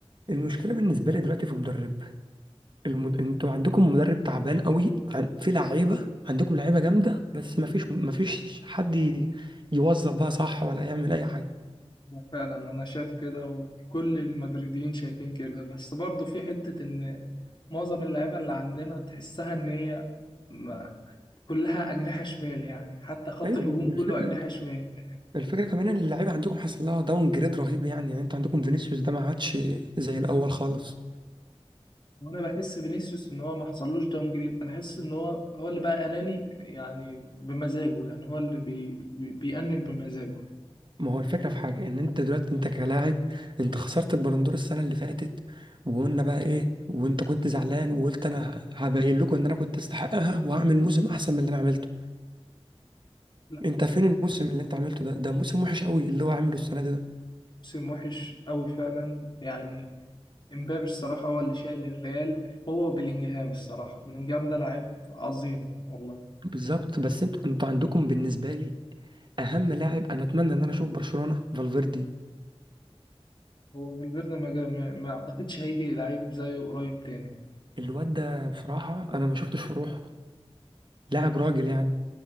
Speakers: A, on the right; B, on the left.
A: المشكله بالنسبه لي دلوقتي في مدرب المد... انتوا عندكم مدرب تعبان قوي عن... في لعيبه عندكم لعيبه جامده بس ما فيش ما فيش حد ي- يوظف بقى صح ولا يعمل اي حاجه
B: يعني فعلا انا شايف كده وكل المدريديين شايفين كده بس برضه في حتة ان معظم اللعيبة اللي عندنا تحسها ان هي ما- كلها أجنحة شمال يعني حتى خط
A: ايوه
B: الهجوم
A: والفكره
B: كله أجنحة شمال
A: الفكره كمان ان اللعيبه عندكم حصل لها داون جريد رهيب يعني يعني انت عندكم فينيسيوس ده ما عادش زي الاول خالص
B: وانا بحس فينيسيوس ان هو ما حصلوش داون جريد انا حاسس ان هو هو اللي بقى اناني يعني بمزاجه يعني هو اللي بي بي بيأنب بمزاجه
A: ما هو الفكره في حاجه ان انت دلوقتي انت كلاعب انت خسرت البالندور السنه اللي فاتت وقلنا بقى ايه وانت كنت زعلان وقلت انا هبين لكم ان انا كنت استحقها وهعمل موسم احسن من اللي انا عملته
B: لا
A: انت
B: موسم
A: فين الموسم اللي انت عملته ده ده موسم وحش قوي اللي هو عامله السنه دي ده
B: موسم وحش قوي فعلا يعني امبابي الصراحة هو اللي شايل الريال هو وبيلينجهام الصراحة بيلينجهام ده لعيب عظيم والله
A: بالظبط بس انتوا انتوا عندكم بالنسبه لي اهم لاعب انا اتمنى ان انا اشوف برشلونه فالفيردي
B: هو فالفيردي ما, جا- ما ما اعتقدش هيجي لعيب زيه قريب تاني
A: الواد ده بصراحة أنا ما شفتش في روحه لاعب راجل يعني